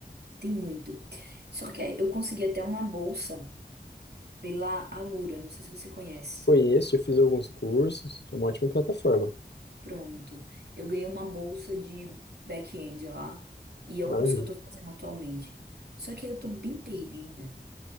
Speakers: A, on the right (about 70°); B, on the left (about 85°).
A: tem muito. Só que aí eu consegui até uma bolsa pela Alura, não sei se você conhece.
B: Conheço, eu fiz alguns cursos, é uma ótima plataforma.
A: Pronto. Eu ganhei uma bolsa de back-end lá e é
B: Maravilha.
A: o curso que eu tô fazendo atualmente. Só que eu tô bem perdida,